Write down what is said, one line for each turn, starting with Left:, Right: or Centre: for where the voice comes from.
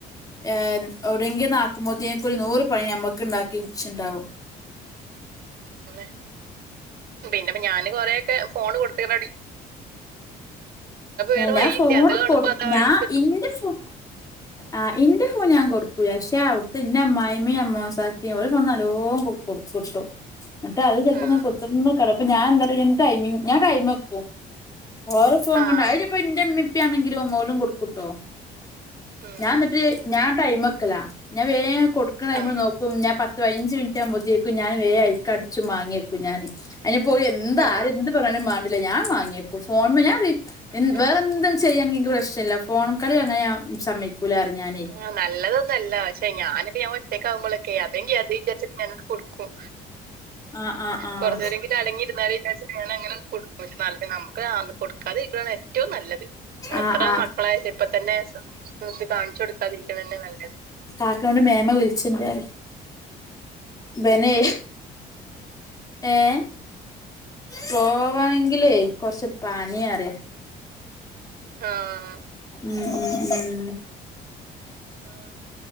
Left: ഏഹ് ഔടെങ്കിന്ന് ആക്കുമ്പോത്തേക്ക് ഒരു നൂറ് പണി നമുക്ക് ഉണ്ടാക്കി വച്ചുണ്ടാവും
Right: ഉന്നെ പിന്നെപ്പ ഞാന് കൊറയൊക്കെ ഫോണ് കൊടുത്ത് റെഡി വേറെ
Left: ഞാൻ
Right: വഴിയില്ല
Left: ഫോണ്
Right: അത് കാണുമ്പോ
Left: കൊടു
Right: അതാ
Left: ഞാൻ
Right: എടുക്കും
Left: ഇന്റെ ഫോൺ ആഹ് ഇന്റെ ഫോൺ ഞാൻ കൊടുക്കൂല്ല പക്ഷേ അവിടുത്തെ ഇന്റെ അമായിമ്മിം അമ്മോസാക്കിം ഓല് ഫോൺ നല്ലോം കൊടുക്കും കിട്ടും എന്നിട്ട് അത് ചെലപ്പോ
Right: ആ
Left: ഇങ്ങനെ കുത്തർന്ന് കള അപ്പൊ ഞാൻ എന്തറിയോ ടൈമിംഗ് ഞാൻ ടൈമക്കും ഓറ ഫോണ്
Right: ആ
Left: കണ്ടാ അയിനിപ്പോ ഇൻ്റെ ഇ നിത്തിണെങ്കിലും ഓലും കൊടുക്കൂട്ടോ
Right: ഉം
Left: ഞാൻ എന്നിട്ട് ഞാൻ ടൈമക്കലാ ഞാൻ വേം കൊടുക്ക്ണ ടൈമ്
Right: ആ
Left: നോ ക്കും ഞാൻ പത്ത് പയിനഞ്ച് മിനിറ്റ് ആകുമ്പോത്തേക്കും ഞാൻ വേ അയിക്ക് അടച്ചും മാങ്ങിവക്കും ഞാന് അയിനിപ്പോ ഓല് എന്താ
Right: ആ
Left: ആര് എന്ത് പറഞ്ഞാലും മാണ്ടില്ല ഞാൻ വാങ്ങിയേക്കും ഫോണ് ഞാൻ പറിം
Right: ആ
Left: വേറെന്തും ചെയ്യാണെങ്കി ഇൻക്ക് പ്രശ്നം ഇല്ല ഫോണ് കളി അങ്ങനെ ഞാൻ സമ്മയ്ക്കൂല പറിം ഞാനേ
Right: ആഹ് നല്ലതൊന്നുല്ല പക്ഷെ ഞാനിത് ഞാൻ ഒറ്റയ്ക്കാവുമ്പോളൊക്കെ അതെങ്കി അത് വിചാരിച്ചിട്ട് ഞാനാണ്ട് കൊടുക്കും
Left: ആഹ് ആഹ് ആഹ്
Right: കുറച്ചേരങ്കിലും അടങ്ങിയിരുന്നാല് വിചാരിച്ച് ഞാൻ അങ്ങനെ കൊടുക്കും പക്ഷെ നല്ല നമുക്ക് കൊടുക്കാതെ നിക്കണാണ് ഏറ്റവും നല്ലത് ആണ്
Left: ആഹ്
Right: അത്ര
Left: ആഹ്
Right: മക്കളായ ഇപ്പ തന്നെ ഇത് കാണിച്ചു കൊടുക്കാതിരിക്കണന്നെ നല്ലത്
Left: കാക്കനോണ്ട് മേമ വിളിച്ചിണ്ട് പറി ഇബന്നെ ഏഹ് പോവാങ്കിലേ കൊറച്ച് പണിയറിയാ
Right: ആഹ്
Left: ഉം ഉം ഉം
Right: ആഹ്